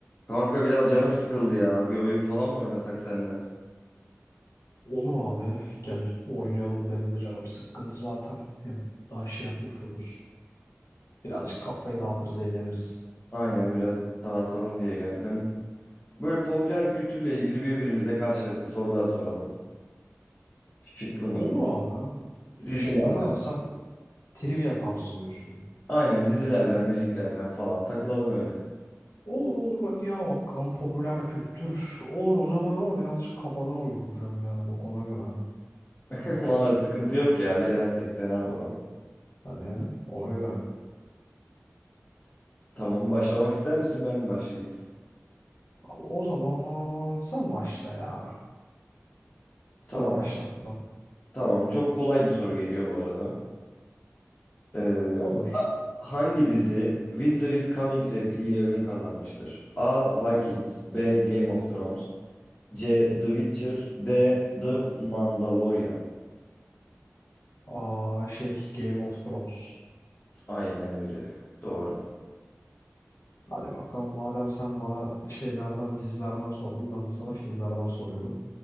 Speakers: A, on the left (about 35°); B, on the left (about 85°).
A: Kanka biraz canım sıkıldı ya. Bir oyun falan mı oynasak seninle?
B: Olur abi gel oynayalım benim de canım sıkkındı zaten. Hem daha şey yapmış oluruz. Birazcık kafayı dağıtırız eğleniriz.
A: Aynen biraz dağıtalım diye geldim. Böyle popüler kültürle ilgili birbirimize karşılıklı sorular soralım. Şıklı mıklı.
B: Olur abi.
A: Diziler.
B: Şıklı ha sen trivia tarzı diyorsun.
A: Aynen dizilerden, müziklerden falan takılalım öyle.
B: Olur olur hadi ya bakalım popüler kültür olur o zaman ama birazcık kafadan uyduracağım yani bak ona göre. ha.
A: <laughs> Vallahi sıkıntı yok ya. Bilemezsek de ne yapalım.
B: Hani ona göre.
A: Tamam başlamak ister misin ben mi başlayayım?
B: Abi, o zaman sen başla ya. Sana
A: Tamam.
B: başlattıralım.
A: Tamam. Çok kolay bir soru geliyor bu arada. Ee,
B: Olur.
A: hangi dizi Winter is Coming repliğiyle ün kazanmıştır? A. Vikings B. Game of Thrones C. The Witcher. D. The Mandalorian.
B: Aa şey Game of Thrones.
A: Aynen öyle. Doğru.
B: Hadi bakalım madem sen bana şeylerden, dizilerden sordun ben de sana filmlerden soruyorum.